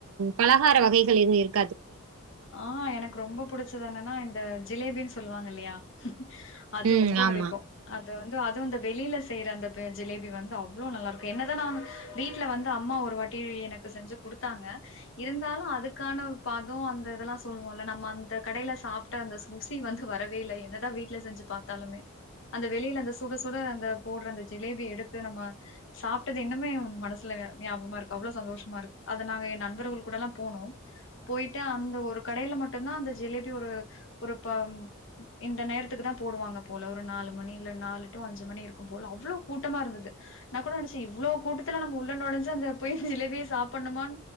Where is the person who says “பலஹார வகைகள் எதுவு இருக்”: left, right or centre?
Right